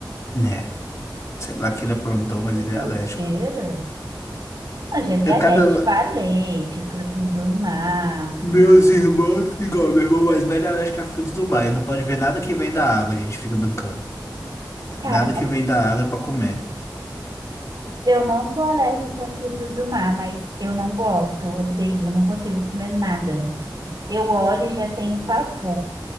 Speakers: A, on the left (about 40°); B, on the right (about 55°).
A: Né? Sei lá que ele aprontou,
B: Que
A: mas ele é
B: doideira.
A: alérgico.
B: Eu já vi alérgico
A: É Cada,
B: a leite, frutos do mar.
A: Meus irmãos, igual meu irmão mais velho é alérgico a frutos do mar. Ele não pode ver nada que vem da água, a gente fica brincando.
B: Cara,
A: Nada que vem da água é pra comer.
B: eu não sou alérgica a frutos do mar, mas eu não gosto, eu odeio, eu não consigo comer nada. Eu olho e já tenho pavor.